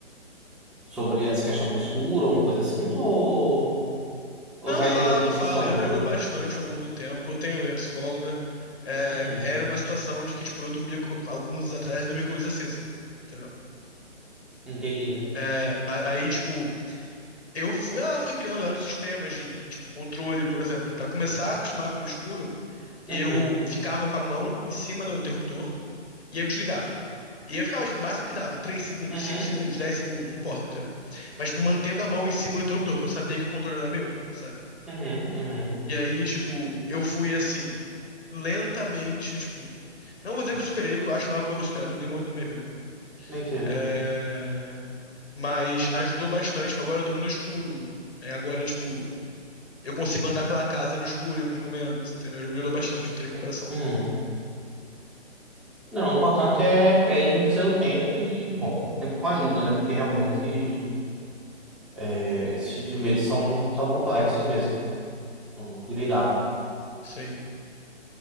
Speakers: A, in the centre; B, on the left.
A: sobre essa questão do escuro, alguma coisa assim, ou, ou
B: Não,
A: vai
B: falo,
A: lidando por si
B: falo.
A: só
B: Já
A: mesmo?
B: melhorou bastante ao longo do tempo. Eu tenho a minha psicóloga. É,
A: Uhum,
B: era uma situação de que, tipo, eu dormia com, alguns anos atrás, eu dormia com a luz acesa. Entendeu?
A: entendi.
B: É, a- aí, tipo, eu fui. Ela foi criando vários sistemas de, tipo, controle, por exemplo. Pra começar a acostumar com o escuro, eu
A: Uhum,
B: ficava com a mão em cima do interruptor e eu desligava. E eu ficava, tipo, o máximo que dava, três segundos,
A: uhum,
B: cinco segundos, dez segundos, não importa, entendeu? Mas, tipo, mantendo a mão em cima do interruptor, pra eu saber que o controle era meu, sabe?
A: uhum, uhum.
B: E aí, tipo, eu fui assim, lentamente, tipo, não vou dizer que eu superei, porque eu acho que não é algo que eu vou superar em nenhum momento da minha vida.
A: Entendo.
B: É... Mas ajudou bastante. Tipo, agora eu durmo no escuro. É, agora, tipo, eu consigo andar pela casa no escuro em alguns momentos, entendeu? Já melhorou bastante, não tem nem comparação.
A: Uhum. Não, o importante é, é ir no seu tempo e, bom, sempre com ajuda, né? Porque realmente é, esses tipos de medos são tão complexos mesmo bom, de lidar.
B: sim